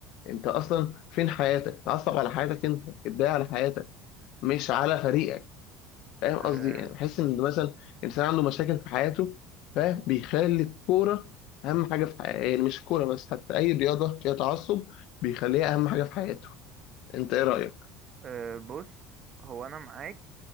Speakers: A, on the left (about 65°); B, on the right (about 45°).
A: انت اصلا فين حياتك اتعصب على حياتك انت اتضايق على حياتك مش على فريقك فاهم
B: أه
A: قصدي يعني بحس ان مثلا انسان عنده مشاكل في حياته فاهم بيخلي الكوره اهم حاجه في حياته يعني مش الكوره بس حتى اي رياضه فيها تعصب بيخليها اهم حاجه في حياته انت ايه رايك
B: أه بص هو انا معاك